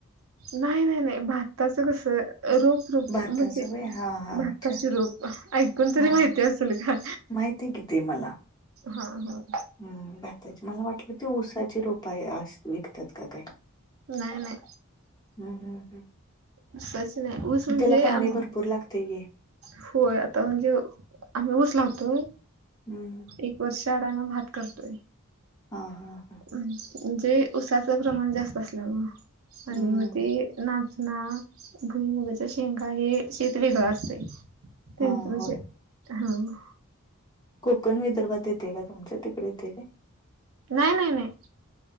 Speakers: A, on the right; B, on the left.
A: नाही नाही नाही, भाताचं कसं रोप रूप
B: भाताचं
A: म्हणजे,
B: वय हा हा
A: भाताची
B: अच्छा
A: रूप ऐकून तरी
B: हा
A: माहिती असेल काय?
B: माहिती ते कितीे मला.
A: हा हा.
B: हम, भाताची मला वाटलं ते ऊसाची रोप असं, विकत्यात की काय.
A: नाही नाही.
B: हम्म हम् ह,
A: ऊसाची नाही ऊस म्हणजे
B: त्याला पाणी
A: आम
B: भरपूर लागतय घे.
A: होय, आता म्हणजे आम्ही ऊस लावतोय.
B: हम्म.
A: एक वर्ष अडाण भात करतोय.
B: हा हा हा.
A: म्हणजे उसाच प्रमाण जास्त असल्यामुळं, आणि
B: हम्म
A: मग ते नाच ना भुईमुगाचा शेंगा हे शेत वेगळ असते. तेच
B: हा
A: म्ह
B: होय
A: हम्म.
B: कोकण विदर्भात येते काय, तुमच तिकडे येते काय.
A: नाही नाही नाही,